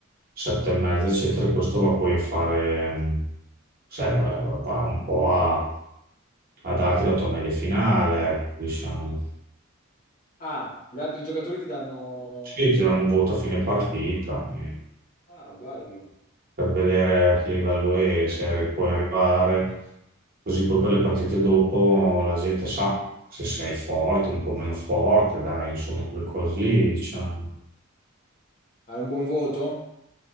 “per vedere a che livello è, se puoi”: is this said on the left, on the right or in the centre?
Right